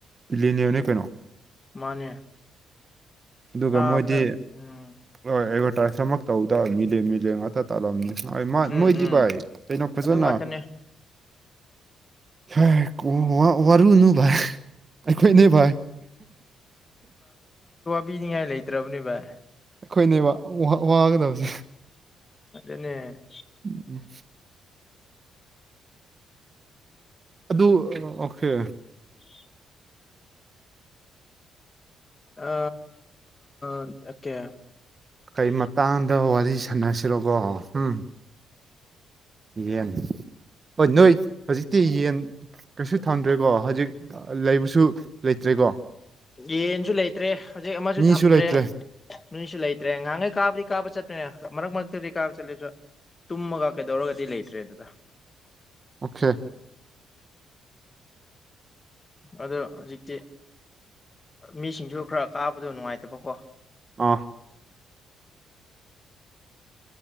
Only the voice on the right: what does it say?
ꯕꯤꯂꯤꯅꯤꯌꯔꯅꯦ ꯀꯩꯅꯣ
ꯗꯨꯒ
ꯃꯣꯏꯗꯤ
ꯑꯦꯗꯚꯔꯇꯥꯏꯁ ꯑꯃ ꯇꯧꯕꯗ ꯃꯤꯂꯤꯌꯟ ꯃꯤꯂꯤꯌꯟ ꯉꯥꯛꯇ ꯇꯥꯜꯂꯝꯅꯤ ꯍꯣꯏ ꯃꯥ
ꯃꯣꯏꯗꯤ
ꯚꯥꯏ ꯀꯩꯅꯣ ꯐꯖꯅ
<unintelligible> ꯋꯥꯔꯨꯅꯨ ꯚꯥꯏ ꯑꯩꯈꯣꯏꯅꯦ ꯚꯥꯏ
ꯈꯣꯏꯅꯦꯕ ꯋꯥ ꯋꯥꯒꯗꯕꯁꯦ
ꯎꯝ ꯎꯝ ꯑꯗꯨ ꯑꯣꯀꯦ
ꯀꯩ ꯃꯇꯥꯡꯗ ꯋꯥꯔꯤ ꯁꯥꯟꯅꯁꯤꯔꯣꯀꯣ ꯎꯝ ꯌꯦꯟ ꯍꯣꯏ ꯅꯣꯏ ꯍꯧꯖꯤꯛꯇꯤ ꯌꯦꯟ ꯀꯩꯁꯨ ꯊꯝꯗ꯭ꯔꯦꯀꯣ ꯍꯧꯖꯤꯛ ꯂꯩꯕꯁꯨ ꯂꯩꯇ꯭ꯔꯦ <unintelligible>
ꯃꯤꯁꯨ
ꯂꯩꯇ꯭ꯔꯦ
ꯀꯦ
ꯑꯥ